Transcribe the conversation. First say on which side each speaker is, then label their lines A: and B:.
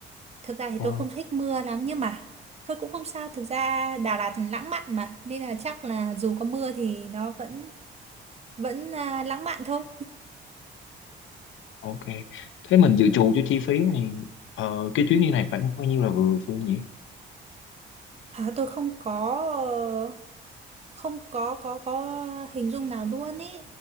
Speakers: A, on the right; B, on the left.
A: Thực ra thì
B: ờ.
A: tôi không thích mưa lắm nhưng mà thôi cũng không sao. Thực ra Đà Lạt lãng mạn mà nên là chắc là dù có mưa thì nó vẫn vẫn à, lãng mạn thôi.
B: Ok. Thế mình dự trù cho chi phí này ờ, cái chuyến đi này khoảng bao nhiêu là vừa Phương nhỉ?
A: À, tôi không có ờ, không có có có hình dung nào luôn ý.